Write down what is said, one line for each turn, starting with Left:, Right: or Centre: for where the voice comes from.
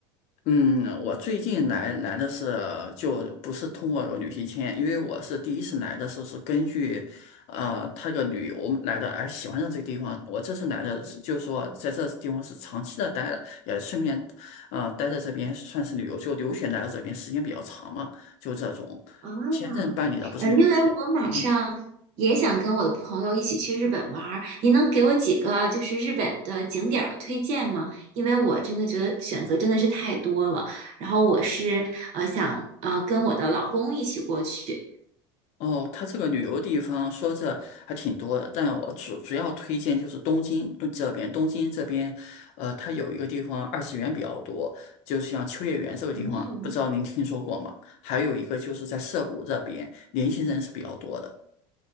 Left: 嗯，我最近来来的是就不是通过旅行签，因为我是第一次来的时候是根据，呃，他个旅游来的，而喜欢上这个地方。我这次来的是就是说在这地方是长期的待了，也顺便，啊，待在这边算是旅游，就留学来到这边时间比较长嘛，就这种。
Right: 啊，
Left: 签证办理的不是旅游签。
Right: 呃，因为我马上也想跟我的朋友一起去日本玩儿，
Left: 嗯
Right: 您能给我几个就是日本的景点儿的推荐吗？因为我真的觉得选择真的是太多了，然后我是呃想呃跟我的老公一起过去。
Left: 哦，它这个旅游地方说这还挺多的，但我主主要推荐就是东京东这边，东京这边，呃，它有一个地方二次元比较多，就像秋叶原这个地方，
Right: 嗯，
Left: 不知道您听说过吗？还有一个就是在涩谷这边，年轻人是比较多的。